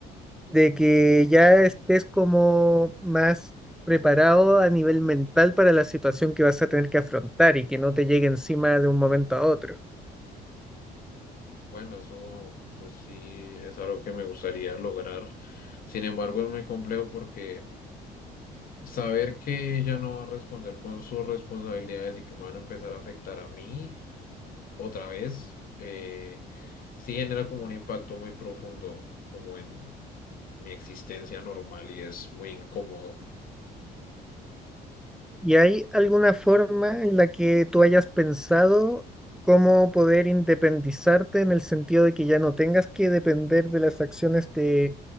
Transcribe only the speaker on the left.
bueno, eso pues sí es algo que me gustaría lograr. Sin embargo, es muy complejo porque saber que ella no va a responder con sus responsabilidades y que me van a empezar a afectar a mí. otra vez, eh, sí genera como un impacto muy profundo, como en mi existencia normal y es muy incómodo.